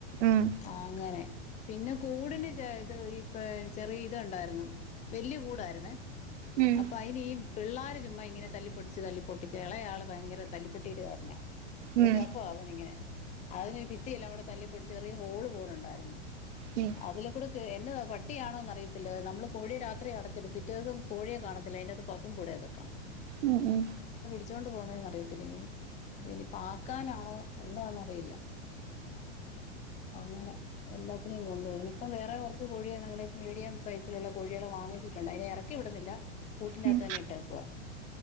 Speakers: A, on the right (about 85°); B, on the left (about 20°).
A: ഉം
B: ആ അങ്ങനെ പിന്നെ കൂടിന് ജ് ത് ഇപ്പ ചെറി ഇത് ഒണ്ടായിരുന്നു വല്യ കൂടായിരുന്നേ
A: ഉം
B: അപ്പൊ അയിനി പിള്ളാര് ചുമ്മാ ഇങ്ങനെ തല്ലിപ്പൊട്ടിച്ച് തല്ലിപ്പൊട്ടിച്ച് ഇളയാള് ഭയങ്കര തല്ലിപ്പൊട്ടീരുകാരനാ <unintelligible>
A: ഉം
B: അവനിങ്ങനെ അതിനീ ഭിത്തിയെല്ലാം കൂടെ തല്ലി ഒരു ചെറിയ ഹോള് പോലണ്ടായിരുന്നു
A: ഉം
B: അതിലെ കൂട് ക്ക് എന്നതാ പട്ടിയാണോന്നറിയ ത്തില്ല നമ്മള് കോഴിയെ രാത്രി അടച്ചിടും പിറ്റേ ദിവസം കോഴിയെ കാണത്തില്ല അതിന്റകത്ത് പപ്പും പൂടയൊക്കെ കാണും
A: ഉം ഉം
B: ച്ചോണ്ട് പോകുന്നേന്ന് അറിയത്തില്ല ഇനി ഇനി പാക്കാനാണോ എന്താന്നറിയില്ല അങ്ങനെ എല്ലാത്തിനേയും കൊണ്ട് പോയി ഇപ്പം വേറെ കൊറച്ച് കോഴിയെ മീഡിയം സൈസിലുള്ള കോഴികളെ വാങ്ങിച്ചിട്ടുണ്ട് അയിനെ ഇറ ക്കി വിടുന്നില്ല കൂട്ടിനകത്ത്
A: ഉം
B: തന്നെ ഇട്ടേക്കുവാ